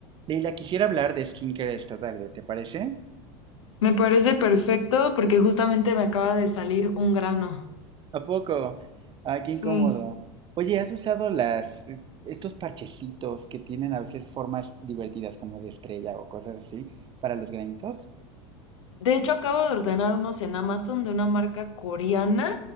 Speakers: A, on the right; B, on the left.
A: Leila, quisiera hablar de skincare esta tarde, ¿te parece?
B: Me parece perfecto porque justamente me acaba de salir un grano.
A: ¿A poco? Ay, qué
B: Sí.
A: incómodo. Oye, ¿has usado las, eh, estos parchecitos que tienen a veces formas divertidas como de estrella o cosas así para los granitos?
B: De hecho, acabo de ordenar unos en Amazon de una marca coreana.